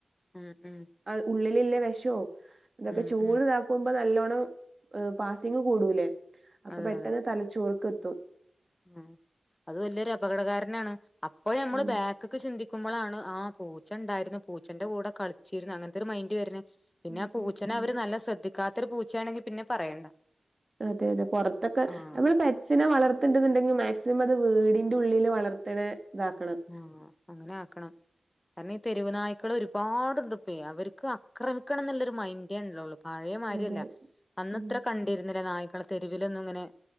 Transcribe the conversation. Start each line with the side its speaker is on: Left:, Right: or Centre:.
Left: ഉം ഉം
Right: <unintelligible> <unintelligible> അതൊക്കെ
Left: ഉം
Right: ചൂട്ള്ളാക്കുമ്പോ
Left: ഉം
Right: നല്ലോണം പാസിങ് കൂടൂല്ലേ അപ്പൊ
Left: അതെ
Right: പെട്ടെന്ന്
Left: അതെ
Right: തലച്ചോർക്ക് തു
Left: ഉം അത് വലിയൊരു അപകടകാരനാണ് അപ്പോഴ ഞമ്മള്
Right: ഉം
Left: ബാക്ക്ക് ചിന്തി ക്കുമ്പോഴാണ് ആഹ് പൂച്ചണ്ടായിരുന്നു പൂച്ചന്റെ കൂടെ കളിച്ചിരുന്നു അങ്ങനത്തൊരു മൈന്റ് വരുണെ പിന്നെ
Right: ഉം
Left: ആ പൂച്ചനെ
Right: ഉം ഉം
Left: അവര് നല്ല ശ്രദ്ധിക്കാ എത്ര പൂച്ചയാണെങ്കിൽ പിന്നെ പറയണ്ട.
Right: അതെ അതെ പുറത്തൊക്കെ
Left: ആഹ്
Right: നമ്മള് പെറ്റ്സിനെ വളർ ത്തുന്നുണ്ടെങ്കിൽ മാക്സിമം അത് വീടിന്റെ ഉള്ളില് വളർത്ത്ണ ഇതാക്കണം.
Left: ആഹ് അങ്ങനെ ആക്കണം കാരണം ഈ തെരുവു നായ്ക്കൾ ഒരുപാടുണ്ട് ഇപ്പൊ അവർക്ക് അക്രമിക്കണം എന്നുള്ളൊരു മൈൻഡേ ഇണ്ടാവൊള്ളൂ. പഴയ മാരിയല്ല
Right: അതെ
Left: അന്ന
Right: ഉം
Left: ഇത്ര കണ്ടിരുന്നില്ല നായ് മക്കളെ തെരുവിലൊന്നും ഇങ്ങനെ